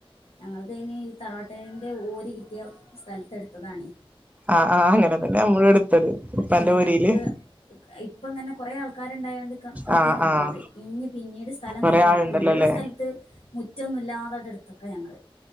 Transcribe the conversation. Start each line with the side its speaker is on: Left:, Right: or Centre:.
Left: ഞങ്ങക്ക് ഇനി തറവാട്ടേന്റെ ഓരി കി പുതിയ സ്ഥലത്തെടുത്തതാണേ
Right: ആ ആ അങ്ങനെ തന്നെയാ നമ്മളും എടുത്തത് ഉപ്പാന്റെ
Left: ഏ
Right: ഓരിയില്
Left: ഞങ്ങ്ക്ക് ഇപ്പ ഇങ്ങനെ കൊറെ ആൾക്കാരി കണക്കാക്കിയ
Right: ആഹ്
Left: തന്നത്
Right: ആഹ്
Left: ഇഞ്ഞ് പിന്നീട് സ്ഥലം
Right: കൊറേ
Left: തരോള്ള്
Right: ആളുണ്ടല്ലോ
Left: അപ്പ ള്ള
Right: അല്ലേ
Left: സ്ഥലത്ത് മുറ്റൊന്ന് ഇ അല്ലാതായിട്ട് എടുത്തിക്ക ഞങ്ങള്